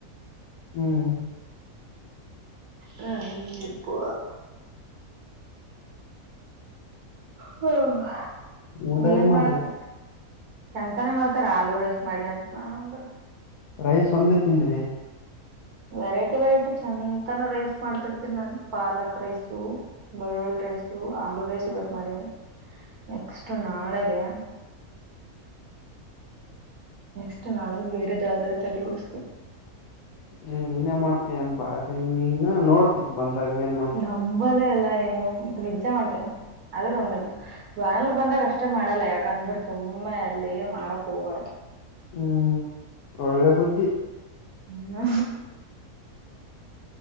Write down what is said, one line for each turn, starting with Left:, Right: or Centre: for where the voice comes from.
Left: ಹ್ಮ್
Right: ಹ್ಮ್ ಇಪ್ಪ ಹ್ಮ
Left: ಊಟ
Right: ಏನ್
Left: ಮಾಡ್ರಿ
Right: ಮಾಡಕತ್ತೀರಿ. ಚಂತನ ಹಾತಾರ ಆಲೂ ರೈಸ್ ಮಾಡಿಂತ ನಾ ಅಂದರು.
Left: ರೈಸ್ ಒಂದೇ ತಿಂದ್ರಿ.
Right: ವೆರೈಟಿ ವೆರೈಟಿ ಚಂತನ ರೈಸ್ ಮಾಡ್ತಿರ್ತೀನಿ ನಾನು ಪಾಲಕ್ ರೈಸು. ಬೆಳ್ಳುಳ್ಳಿ ರೈಸು ಆಲೂ ರೈಸು ಇವತ್ತು ಮಾಡಿನಿ ನೆಕ್ಸ್ಟ್ ನಾಳೆಗೆ ನೆಕ್ಸ್ಟ್ ನಾಳೆಗೆ ಬೇರೆದ್ ಯಾವ್ದಾದ್ರೂ ತಲಿ ಹೊಡಿಸ್ಬೇಕ್
Left: ಏ ನೀನೇ ಮಾಡ್ತಿಯನ್ ಬಾರಿ ನೀನ್ ನೋಡ್ ಬಂದಾಗ್ ಏನ್ ಮಾಡ್ತಿ
Right: ನಂಬಲ್ಲಲ್ಲೇ ಎಲ್ಲ ಏನು ಮ ನಿಜ್ಜ ಮಾಡ್ತೇನಿ ಅದ್ರ ಒ ಯಾರನ್ನ ಬಂದಾಗ ಅಷ್ಟೇ ಮಾಡಲ್ಲ ಯಾಕಂದ್ರೆ ಸುಮ್ಮನೆ ಅಲ್ಲಿ ಮಾಡಕ್ ಹೋಗ್ಬಾರ್ದು.
Left: ಹ್ಮ್ ಒಳ್ಳೆ ಬುದ್ಧಿ.
Right: ಹ್ಮ